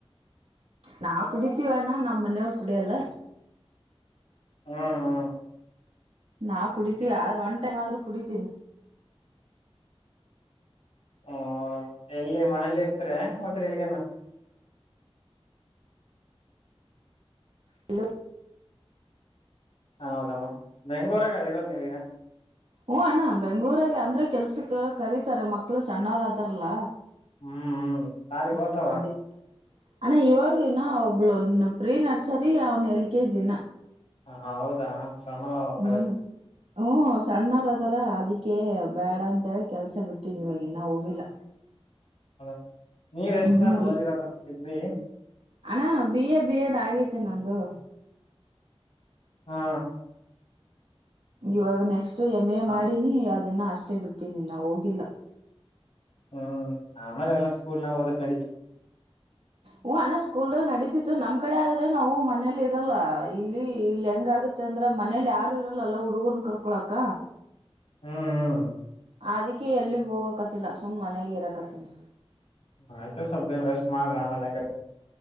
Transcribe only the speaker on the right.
ನಾ ಕುಡಿತೀವಣ್ಣ ನಮ್ಮ ಮನೆಯವ್ ಕುಡಿಯಲ್ಲ
ನಾವು ಕುಡಿತೀವಿ ಆದ್ರೂ ಒಂದ ಟೈಮ್ ಆದ್ ಕುಡಿತೀನಿ
ಹಲೋ <inaudible>
ಹ್ಞ ಅಣ್ಣ ಬೆಂಗಗಳೂರಾಗ ಅಂದ್ರೆ ಕೆಲ್ಸಕ್ ಕರೀತಾರೆ ಮಕ್ಳು ಸಣ್ಣವರ ಅಾದಾರಲ್ಲ
ಹ್ಮ್
ಅದಿ ಅಣ್ಣ ಇವಾಗನ ಒಬ್ಳುನ್ ಪ್ರೀ ನರ್ಸರಿ ಅವನ್ ಎಲ್ ಕೆ ಜಿನ
ಹ್ಮ್ ಹ್ಮ ಸಣ್ಣಾರ ಅದಾರ ಅದಕ್ಕೆ ಬ್ಯಾಡ ಅಂತೇಳಿ ಕೆಲ್ಸ ಬಿಟ್ಟಿನ್ವಾಗ ಇನ್ನ ಹೋಗಿಲ್ಲ
ಹ್ಮ್
ಅಣ್ಣ ಬಿ ಎ ಬಿ ಎಡ್ ಆಗೈತಿ ನಂದು
ಇವಾಗ ನೆಕ್ಸ್ಟ್ ಎಮ್ ಎ
ಮಾಡಿನಿ ಅದಿನ ಅಷ್ಟೇ ಬಿಟ್ಟೀಿನಿ ಇನ್ನ ಹೋಗಿಲ್ಲ
ಹೂ ಅಣ್ಣ ಸ್ಕೂಲ್ದಾಗ ನಡೀತಿತ್ತು ನಮ್ ಕಡೆ ಆದ್ರೆ ನಾವು ಮನೇಲಿ ಇರಲ್ಲ ಇಲ್ಲಿ ಇಲ್ಲಿ ಹೆಂಗ ಆಗತ್ತ ಮತ್ತ ಅಂದ್ರ ಮನೇಲಿ ಯಾರು ಇರಲ್ಲ ಹುಡುಗರನ್ ಕರ್ಕೊಳಕ್ಕ.
ಅದಕ್ಕೆ ಎಲ್ಲಿಗ್ ಹೋಗಕತಿಲ್ಲ ಸುಮ್ಮ್ ಮನೆಗೆ ಇರಾಕತ್ತಿನಿ.